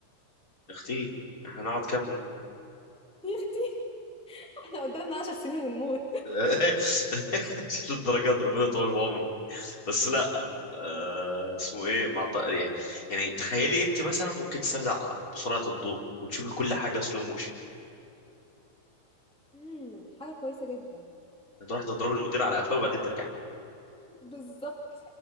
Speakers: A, on the left; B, in the centre.
A: يا اختي احنا هنقعد كام
B: يا اختي احنا قدامنا عشر سنين ونموت
A: <laughs> للدرجات دي، ربنا يطول في عمرك بس لا آه اسمه ايه مع الط- يعني يعني تخيلي انت مثلا ممكن تسافر ع- بسرعه الضوء وتشوفي كل حاجه سلو موشن
B: امم حاجة كويسة جدا
A: هتروح تضرب المدير على قفاه وبعدين ترجع
B: بالظبط